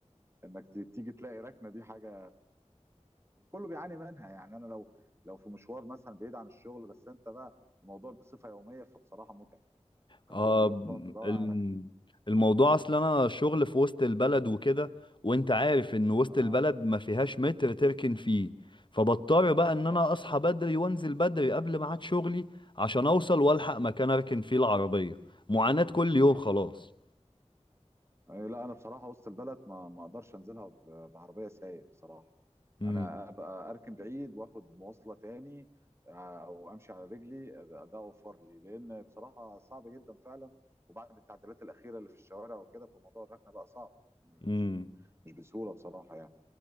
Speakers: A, on the right; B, on the left.
A: انك ت- تيجي تلاقي ركنه دي حاجه كله بيعاني منها يعني انا لو لو في مشوار مثلا بعيد عن الشغل بس انت بقى الموضوع بصفه يوميه فبصراحه متعب يعني انت
B: آه
A: كل يوم تقعد تدور
B: الم-
A: على ركنه
B: الموضوع اصل انا شغل في وسط البلد وكده وانت عارف ان وسط
A: اه
B: البلد ما فيهاش متر
A: آه،
B: تركن فيه فبضطر بقى ان انا
A: صح
B: اصحى بدري وانزل بدري قبل ميعاد شغلي عشان اوصل والحق مكان اركن فيه العربية معاناة كل يوم خلاص
A: أي لا انا بصراحه وسط البلد ما ما اقدرش انزلها ب- بعربيه سايق بصراحه
B: امم
A: انا ابقى اركن بعيد واخد مواصله تاني آه، او امشي على رجلي ده ده اوفر لي لان بصراحه صعب جدا فعلا وبعد التعديلات الاخيره اللي في الشوارع وكده فموضوع الركنه بقى صعب مش
B: امم
A: مش بسهوله بصراحه يعني